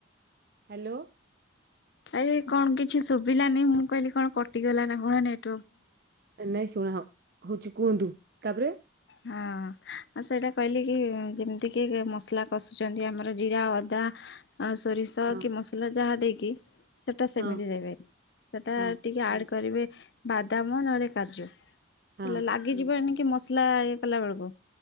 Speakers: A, on the right; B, on the left.
A: ହ୍ୟାଲୋ।
B: ଆରେ କଣ କିଛି ଶୁଭିଲାନି ମୁଁ କହିଲି କଣ କଟିଗଲା ନା କଣ ନେଟ୍
A: ନାଇଁ ଶୁଣାଅ ହଉଚି କୁହନ୍ତୁ ତାପରେ
B: ହଁ ଆଉ ସେଇଟା କହିଲି କି ଯେମିତି କି ମସଲା କଷୁଚନ୍ତି ଆମର ଜିରା ଅଦା ସୋରିଷ
A: ହଁ।
B: କି ମସଲା ଯାହା ଦେଇକି ସେଟା ସେମିତି
A: ହଁ।
B: ଦେବେନି। ସେଟା
A: ହଁ
B: ଟିକେ ଆଡ୍ କରିବେ ବାଦାମ୍ ନହେଲେ କାଜୁ
A: ହଁ
B: ହେଲେ ଲାଗିଯିବ ଏଣିକି। ମସଲା ଇଏ କଲା ବେଳକୁ